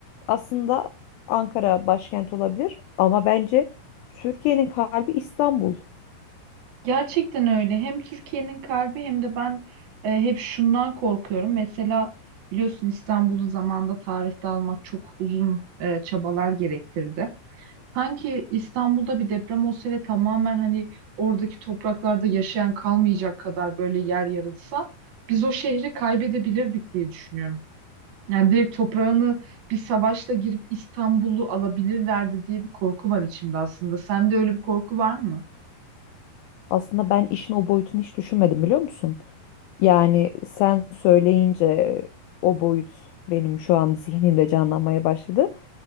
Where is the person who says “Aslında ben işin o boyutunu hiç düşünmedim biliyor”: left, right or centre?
Left